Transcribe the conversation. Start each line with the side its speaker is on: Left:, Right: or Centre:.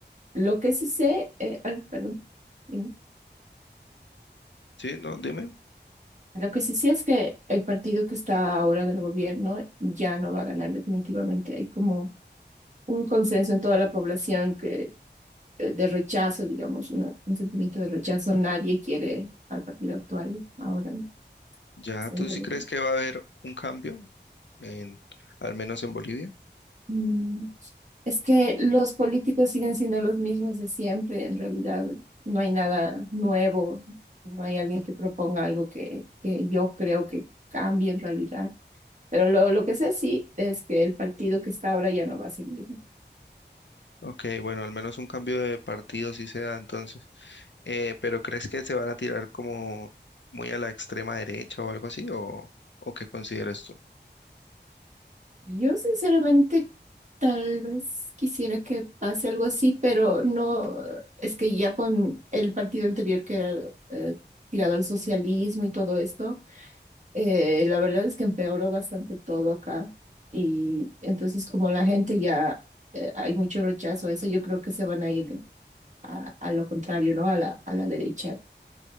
Right: Lo que sí sé, eh, ay, perdón, dime.
Left: Sí, no, dime,
Right: Lo que sí sé es que el partido que está ahora en el gobierno ya no va a ganar definitivamente. Hay como un consenso en toda la población eh, de rechazo, digamos, una- un sentimiento de rechazo. Nadie quiere al partido actual ahora. ¿no?
Left: ¿ya
Right: Es el
Left: tú
Right: gobierno.
Left: sí crees que va a haber un cambio en, al menos en Bolivia?
Right: Mm, Es que los políticos siguen siendo los mismos de siempre, en realidad no hay nada nuevo, no hay alguien que proponga algo que, que yo creo que cambie en realidad. Pero lo, lo que sé sí es que el partido que está ahora ya no va a seguir.
Left: Ok, bueno, al menos un cambio de partido sí se da entonces. Eh, pero ¿crees que se van a tirar como muy a la extrema derecha o algo así? ¿O, o qué consideras tú?
Right: Yo sinceramente tal vez quisiera que pase algo así, pero no, es que ya con el partido anterior que era eh, tirado al socialismo y todo esto, eh, la verdad es que empeoró bastante todo acá. Y entonces como la gente ya eh, hay mucho rechazo a eso, yo creo que se van a ir a, a lo contrario, ¿no? A la, a la derecha.